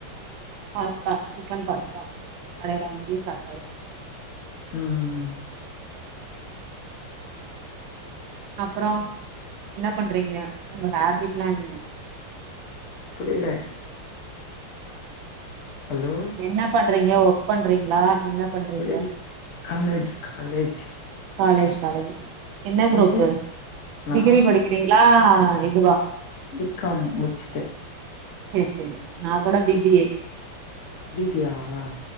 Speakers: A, on the right; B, on the left.
A: பாஸ்தா சிக்கன் பாஸ்தா கடேல வாங்கி சாப்டாச்சு
B: ம்
A: அப்பறோ என்ன பண்றீங்க உங்க ஹாபிட்லா என்ன
B: புரில ஹலோ
A: என்ன பண்றீங்க ஒர்க் பண்றீங்களா என்ன பண்றீங்க
B: இல் காலேஜ் காலேஜ்
A: காலேஜ் காலேஜ் என்ன க்ரூப்பு
B: நீங்க நா
A: டிகிரி படி டிங்களா இதுவா
B: பி காம் முடிச்சுட்டே
A: சேர் சேர் நா கூட B B A
B: B B A வா